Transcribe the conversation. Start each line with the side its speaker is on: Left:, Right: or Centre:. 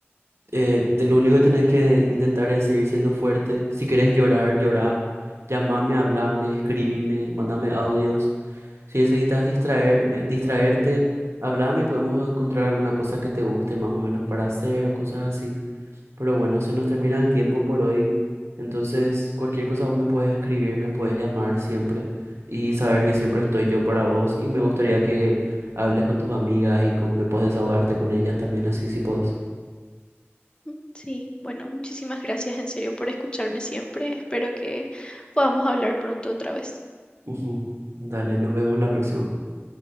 Right: eh, te- lo único que tenés que intentar es seguir siendo fuerte. Si querés llorar, llorá. Llamame, hablame, escribime, mándame audios. Si necesitas distraerme, distraerte, hablame y podemos encontrar alguna cosa que te guste más o menos para hacer o cosas así. Pero bueno, se nos termina el tiempo por hoy. Entonces, cualquier cosa vos me puedes escribir, me puedes llamar siempre y saber que siempre estoy yo para vos. Y me gustaría que hables con tus amigas y como que puedes desahogarte con ellas también así si puedes.
Left: Mm, Sí, bueno, muchísimas gracias en serio por escucharme siempre. Espero que podamos hablar pronto otra vez.
Right: Ujú. Dale, nos vemos la próxima.